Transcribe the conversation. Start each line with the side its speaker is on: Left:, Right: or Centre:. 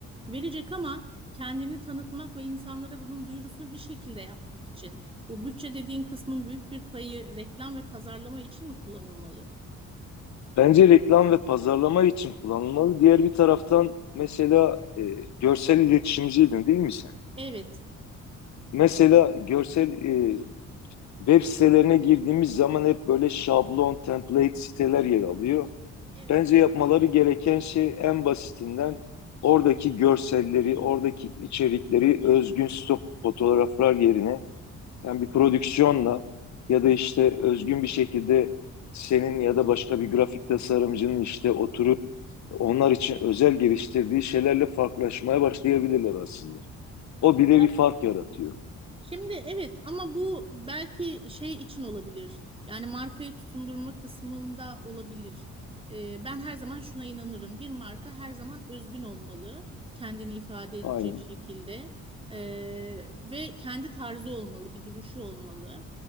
Right: verecek ama kendini tanıtmak ve insanlara bunun duyurusunu bir şekilde yapmak için bu bütçe dediğin kısmın büyük bir payı reklam ve pazarlama için mi kullanılmalı?
Left: bence reklam ve pazarlama için kullanılmalı. Diğer bir taraftan mesela e, görsel iletişimciydin değil mi sen?
Right: Evet.
Left: Mesela görsel e, web sitelerine girdiğimiz zaman hep böyle şablon, template siteler yer alıyor.
Right: Evet.
Left: Bence yapmaları gereken şey en basitinden oradaki görselleri, oradaki içerikleri özgün stok fotoğraflar yerine yani bir prodüksiyonla ya da işte özgün bir şekilde senin ya da başka bir grafik tasarımcının işte oturup onlar için özel geliştirdiği şeylerle farklılaşmaya başlayabilirler aslında. O bile
Right: Ya
Left: bir fark yaratıyor.
Right: Şimdi evet ama bu belki şey için olabilir. Yani markayı tutundurma kısmında olabilir. Ee, ben her zaman şuna inanırım. Bir marka her zaman özgün olmalı. Kendini ifade edecek
Left: Aynen.
Right: şekilde. Ee, ve kendi tarzı olmalı, bir duruşu olmalı.